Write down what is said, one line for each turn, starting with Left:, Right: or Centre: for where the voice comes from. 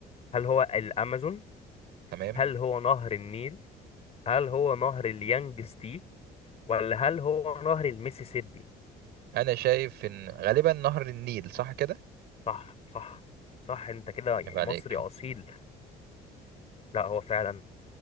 Left: هل هو الامازون
Right: تمام
Left: هل هو نهر النيل هل هو نهر اليانجستي ولا هل هو نهر الميسيسيبي
Right: انا شايف ان غالبا نهر النيل صح كده
Left: صح صح صح انت كده يعني
Right: يبقى عليك
Left: مصري اصيل لا هو فعلا